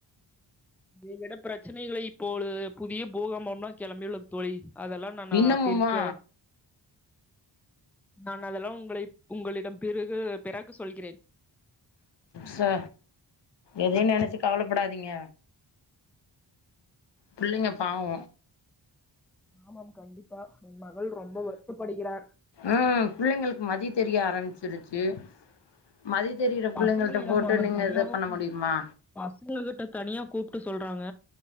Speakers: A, in the centre; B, on the left.
A: இதை விட பிரச்சனைகளை இப்போழு புதிய பூகாம்மம்மா கெளம்பி உள்ள தோழி அதெல்லா ந நா
B: இன்னமுமா
A: இப்ப இருக்க நா அதெல்லா உங்களை உங்களிடம் பிறகு பிறகு சொல்கிறேன்
B: ச எதையும் நெனச்சு கவலப்படாதீங்க புள்ளைங்க பாவோ
A: ஆமாம் கண்டிப்பா என் மகள் ரொம்ப வருத்தப்படுகிறார்
B: அ புள்ளைங்களுக்கு மதி தெரிய ஆரம்பிச்சிருச்சு மதி தெரிகிற புள்ளைங்கள்ட்ட
A: பசங்களிடம்
B: போட்டு
A: அவர்
B: நீங்க
A: தனியாக
B: இத பண்ண
A: கூ
B: முடியுமா
A: பசங்க கிட்ட தனியா கூப்ட்டு சொல்றாங்க